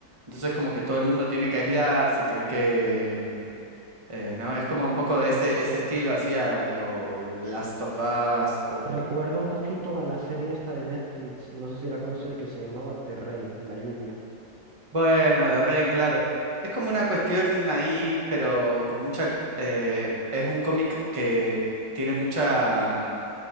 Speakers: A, on the right; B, on the right.
A: Entonces como que todo el mundo tiene que aislarse, tiene que... mm, eh, ¿no? Es como un poco de ese, ese estilo hacia lo Last of Us
B: Recuerda un poquito a la serie esta de Netflix, no sé si la conoces, que se llamaba The Rain, La Lluvia.
A: Bueno, de Rain, claro. Es como una cuestión ahí, pero con mucha... eh, es un cómic que tiene mucha mm,